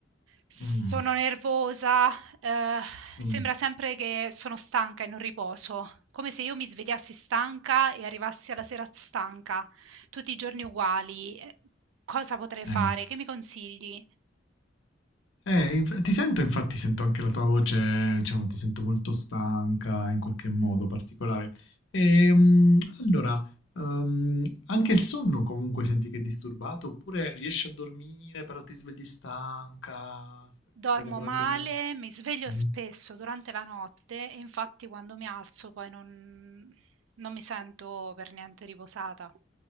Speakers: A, on the right; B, on the left.
A: sono
B: Mh,
A: nervosa, eh,
B: mh,
A: sembra sempre che sono stanca e non riposo, come se io mi svegliassi stanca e arrivassi alla sera stanca, tutti i giorni uguali. Eh, Cosa potrei fare?
B: okay.
A: Che mi consigli?
B: Eh, inf ti sento infatti sento anche la tua voce, diciamo ti sento molto stanca in qualche modo particolare. Ehm, allora, uhm, anche il sonno comunque senti che è disturbato, oppure riesci a dormire però ti svegli stanca, st
A: Dormo
B: stai lavorando
A: male,
B: mo
A: mi sveglio
B: mh-mh.
A: spesso durante la notte e infatti quando mi alzo poi non non mi sento per niente riposata.